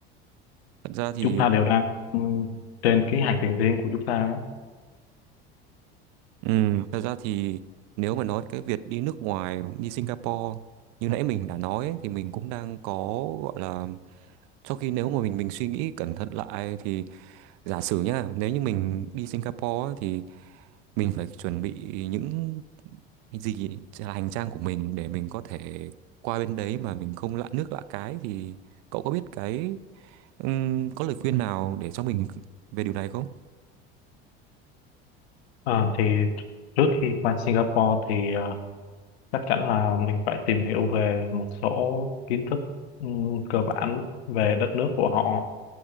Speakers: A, on the right; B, on the left.
A: thật ra thì
B: chúng ta đều đang ừm, trên cái hành trình riêng của chúng ta á.
A: ừm, thật ra thì nếu mà nói cái việc đi nước ngoài đi Singapore như nãy mình đã nói ấy, thì mình cũng đang có gọi là Sau khi nếu mà mình mình suy nghĩ cẩn thận lại thì giả sử nhá, nếu như mình đi Singapore á, thì mình phải chuẩn bị những gì là hành trang của mình để mình có thể qua bên đấy mà mình không lạ nước lạ cái thì cậu có biết cái ừm, có lời khuyên nào để cho mình về điều này không?
B: Ờ, thì trước khi qua Singapore thì ờ, chắc chắn là mình phải tìm hiểu về một số kiến thức ừm, cơ bản về đất nước của họ